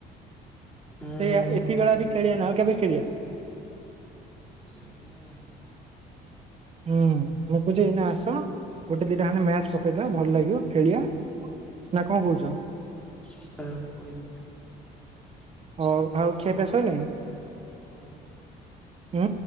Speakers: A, in the centre; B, on the right.
A: ହୁଁ
B: ସେଇଆ ଏତିକି ବଳେ ଯଦି ଖେଳିବାନି ଆଉ କେବେ ଖେଳିବା
A: କାଳିଆ ଆଉ
B: ହୁଁ ମୁଁ କହୁଛି ଏଇନା ଆସ ଗୋଟେ ଦିଟା ଖଣ୍ଡେ ମ୍ୟାଚ ପକେଇଦବା ଭଲ ଲାଗିବ ଖେଳିବା ନା କଣ କହୁଛ।
A: <unintelligible> କହିବି
B: ହଉ ଆଉ ଖିଆପିଆ ସରିଲାଣି।
A: ହଁ।
B: ହୁଁ